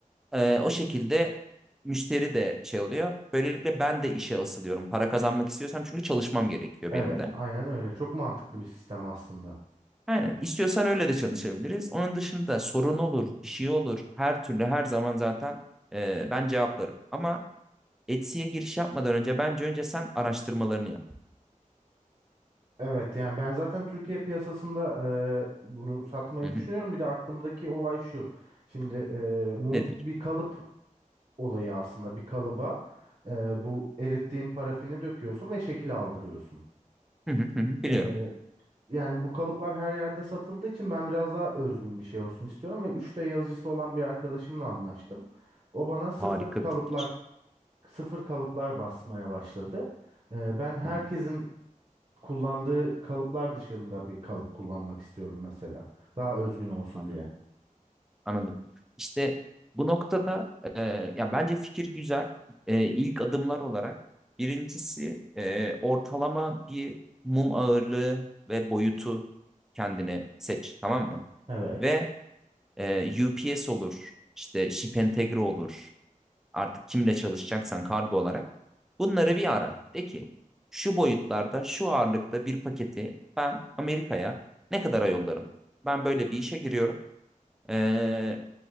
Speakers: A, in the centre; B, on the right.
A: E, o şekilde müşteri de şey oluyor. Böylelikle ben de işe asılıyorum. Para kazanmak istiyorsam çünkü çalışmam gerekiyor
B: Evet,
A: benim de.
B: aynen öyle. Çok mantıklı bir sistem aslında.
A: Aynen. İstiyorsan öyle de çalışabiliriz. Onun dışında sorun olur, bir şey olur. Her türlü her zaman zaten e, ben cevaplarım. Ama Etsy'ye giriş yapmadan önce bence önce sen araştırmalarını yap.
B: Evet yani ben zaten Türkiye piyasasında e, bunu satmayı
A: Hı hı.
B: düşünüyorum. Bir de aklımdaki olay şu. Şimdi e, mum
A: Nedir?
B: bir kalıp olayı aslında. Bir kalıba e, bu erittiğin parafini döküyorsun ve şekil aldırıyorsun.
A: Hı hı hı. hı. Biliyorum.
B: E, yani bu kalıplar her yerde satıldığı için ben biraz daha özgün bir şey olsun istiyorum. Ve 3D yazıcısı olan bir arkadaşımla anlaştım. O bana sıfır
A: Harika
B: kalıplar
A: bir fikir.
B: sıfır kalıplar basmaya başladı. E, ben herkesin
A: Hı hı,
B: kullandığı kalıplar dışında bir kalıp kullanmak istiyorum mesela. Daha özgün olsun
A: anladım.
B: diye.
A: Anladım. İşte bu noktada e, ya bence fikir güzel. E, ilk adımlar olarak birincisi e, ortalama bir mum ağırlığı ve boyutu kendine seç, tamam mı?
B: Evet.
A: Ve e, UPS olur, işte Ship Entegre olur. Artık kimle çalışacaksan kargo olarak bunları bir ara. De ki şu boyutlarda, şu ağırlıkta bir paketi ben Amerika'ya ne kadara yollarım? Ben böyle bir işe giriyorum. Ee,